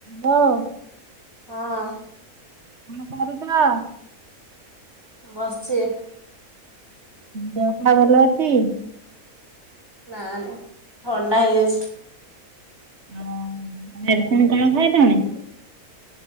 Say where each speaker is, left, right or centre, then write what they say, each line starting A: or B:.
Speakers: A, on the right; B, on the right.
A: ହାଲୋ
B: ହଁ।
A: କଣ କରୁଛ?
B: ବସିଚି।
A: ଦେହ ପା ଭଲ ଅଛି?
B: ନା ନା ଥଣ୍ଡା ହେଇଯାଇଛି।
A: ଓ ମେଡିସିନ କଣ ଖାଇଦଉନ।